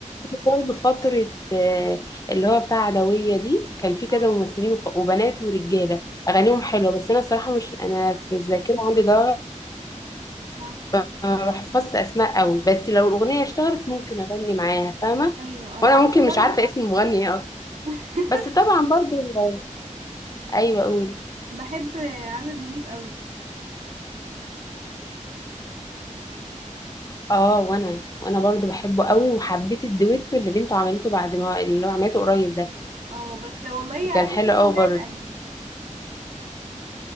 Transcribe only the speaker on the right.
اه
اه
اه
ايوه اه
عارفه
برضو
<laughs>
بحب عامر منيب قوي
اه بس والله عايزه
اقول
لك وجعت
قلبي